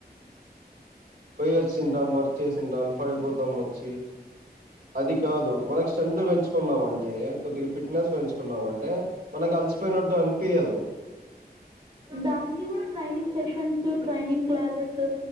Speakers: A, on the right; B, on the right.
A: పోయి వచ్చింటాం వర్క్ చేసింటాం పడిపోతాం వ చ్చి అది కాదు మనకు స్ట్రెంత్ పెంచుకున్నామంటే కొద్దిగా ఫిట్నెస్ పెంచుకున్నామంటే మనకు అలసిపోయినట్టు అనిపీయదు
B: దానికి కూడా ట్రైనింగ్ సెషన్ ఈ ట్రైనింగ్ క్లాసెస్